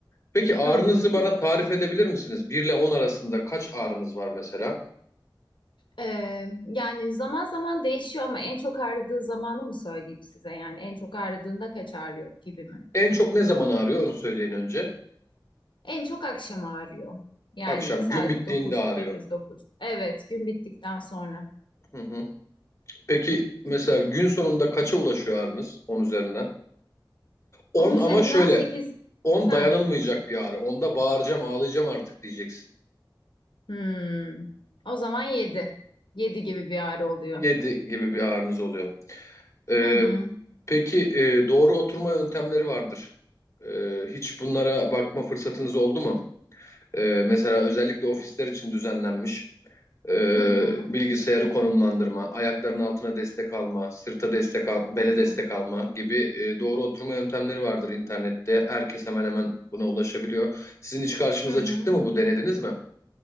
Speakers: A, on the left; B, on the left.
A: Peki ağrınızı
B: Hı hı.
A: bana tarif edebilir misiniz? Bir ile 10 arasında kaç ağrınız var mesela?
B: Ee, yani zaman zaman değişiyor ama en çok ağrıdığı zamanı mı söyleyeyim size? Yani en çok ağrıdığında kaç ağrıyor gibi mi?
A: En çok ne zaman ağrıyor onu söyleyin önce.
B: En çok akşam ağrıyor. Yani
A: Akşam
B: saat
A: gün bittiğinde
B: dokuz
A: ağrıyor.
B: 8 9. Evet, gün bittikten sonra.
A: Hı hı. Peki mesela gün sonunda kaça ulaşıyor ağrınız On üzerinden? 10
B: Onun üzerinden
A: ama şöyle
B: 8.
A: on
B: Ha.
A: dayanılmayacak bir ağrı. Onda bağıracağım, ağlayacağım artık diyeceksin.
B: Hmm. O zaman 7. 7 gibi bir ağrı oluyor.
A: 7 gibi bir ağrınız oluyor. Ee,
B: Hı hı.
A: peki e, doğru oturma yöntemleri vardır. Ee, hiç bunlara bakma fırsatınız oldu mu? Ee, mesela özellikle ofisler için düzenlenmiş. ee,
B: Hı hı.
A: bilgisayarı konumlandırma, ayakların altına destek alma, sırta destek al, bele
B: Hı hı.
A: destek alma gibi e, doğru oturma yöntemleri vardır internette. Herkes hemen hemen buna ulaşabiliyor. Sizin hiç karşınıza
B: Hı hı.
A: çıktı mı bu denediniz mi?